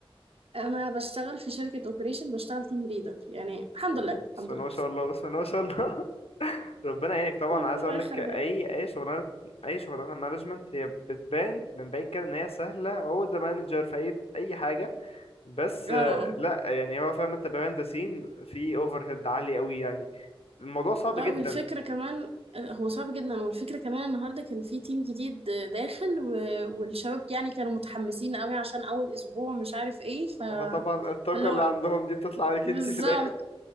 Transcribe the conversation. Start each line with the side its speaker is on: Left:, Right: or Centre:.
Right: انا بشتغل في شركه اوبريشن بشتغل تيم ليدر يعني الحمد
Left: اوه،
Right: لله الحمد
Left: بسم
Right: لله
Left: الله ما شاء الله بسم الله ما شاء الله <laughs> ربنا يعينك طبعا
Right: <laughs> ربنا
Left: عايز اقول
Right: يخليك
Left: لك اي اي شغلانه اي شغلانه مانجمنت هي بتبان من بعيد كده ان هي سهله هو ده مانجر في اي اي حاجه بس
Right: اه
Left: آه،
Right: آه.
Left: لا يعني هو فاهم انت بيهايند ذا سين في اوفر هيد عالي قوي يعني الموضوع صعب
Right: لا
Left: جدا
Right: والفكره كمان هو صعب جدا والفكره كمان النهارده كان في تيم جديد داخل و... والشباب يعني كانوا متحمسين قوي عشان اول اسبوع مش عارف ايه ف...
Left: فطبعا الطاقه
Right: فاللي هو
Left: اللي عندهم دي بتطلع عليك
Right: بالظبط
Left: انت في الاخر